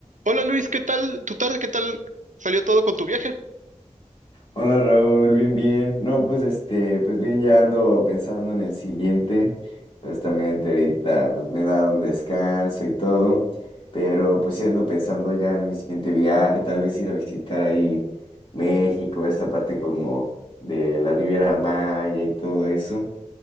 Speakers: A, on the right (about 75°); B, on the left (about 45°).
A: Hola Luis, ¿qué tal tu tarde? ¿Qué tal salió todo con tu viaje?
B: Hola Raúl, bien, bien. No, pues este, pues bien, ya ando pensando en el siguiente. Justamente ahorita pues me he dado un descanso y todo, pero pues sí ando pensando ya en mi siguiente viaje, tal vez ir a visitar ahí México, esa parte como de la Riviera Maya y todo eso,